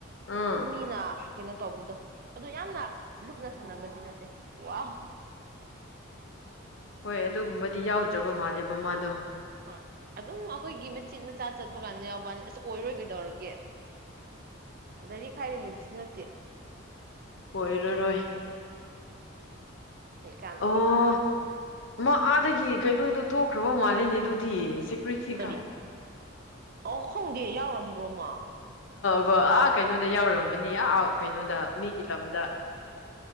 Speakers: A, on the left; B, on the right.
A: ꯑꯥ
B: ꯑꯗꯨꯝ ꯃꯤꯅ ꯀꯩꯅꯣ ꯇꯧꯕꯗꯣ ꯑꯗꯨ ꯌꯥꯝꯅ ꯂꯨꯞꯅ ꯁꯥꯟꯅꯕꯗꯤ ꯅꯠꯇꯦ ꯋꯥ
A: ꯍꯣꯏ ꯑꯗꯨꯒꯨꯝꯕꯗꯤ ꯌꯥꯎꯗ꯭ꯔꯕ ꯃꯥꯜꯂꯦꯕ ꯃꯥꯗꯣ
B: ꯍꯣꯏ ꯑꯗꯨꯝ ꯑꯩꯈꯣꯏꯒꯤ ꯃꯆꯤꯠ ꯃꯆꯥ ꯆꯠꯄ ꯀꯥꯟꯗ ꯌꯥꯎꯕꯋꯥꯅꯤ ꯑꯁ ꯑꯣꯏꯔꯣꯏ ꯀꯩꯗꯧꯔꯒꯦ ꯂꯥꯏꯔꯤꯛ ꯍꯥꯏꯔꯦ ꯍꯩꯕꯁꯨ ꯅꯠꯇꯦ
A: ꯑꯣꯏꯔꯔꯣꯏ
B: ꯀꯩ ꯀꯥꯟꯅꯕ
A: ꯑꯣ ꯃꯥ ꯑꯥꯗꯒꯤ ꯀꯩꯅꯣꯗꯣ ꯊꯣꯛꯈ꯭ꯔꯕ ꯃꯥꯜꯂꯤꯅꯦ ꯑꯗꯨꯗꯤ <unintelligible>
B: ꯀꯔꯤ ꯑꯣ ꯈꯪꯗꯦ ꯌꯥꯎꯔꯝꯕ꯭ꯔꯣ ꯃꯥ
A: <inaudible> ꯑꯥ ꯀꯩꯅꯣꯗ ꯌꯥꯎꯔꯝꯕꯅꯦ ꯑꯥ ꯀꯩꯅꯣꯗ ꯃꯤꯒꯤ ꯂꯝꯗ